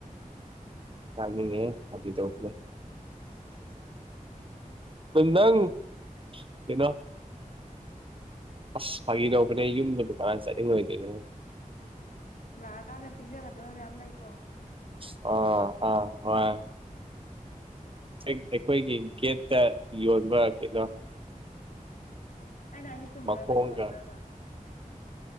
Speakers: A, on the right (about 40°); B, on the left (about 70°).
A: ꯂꯥꯛꯅꯤꯡꯉꯦꯍꯦ ꯐꯒꯤ ꯇꯧꯕꯅꯦ ꯅꯪ ꯀꯩꯅꯣ ꯑꯁ ꯐꯥꯒꯤ ꯂꯧꯕꯅꯦ ꯌꯨꯝꯗ ꯀꯥꯃꯥꯏ ꯆꯠꯅꯤꯡꯉꯣꯏꯗꯣꯏꯅꯣ
B: ꯂꯥꯛꯑꯀꯥꯟꯗ ꯄꯤꯖꯒꯗꯕ ꯃꯌꯥꯝ ꯂꯩꯀꯣ
A: ꯑꯣ ꯑ ꯍꯣꯏ ꯑꯩꯈꯣꯏꯒꯤ ꯒꯦꯠꯇ ꯌꯣꯟꯕ ꯀꯩꯅꯣ
B: ꯑꯩꯅ ꯍꯥꯏꯕꯁꯦ ꯆꯨꯝꯕ꯭ꯔꯕ
A: ꯃꯈꯣꯡꯒ
B: ꯌꯣꯟꯕꯔꯕ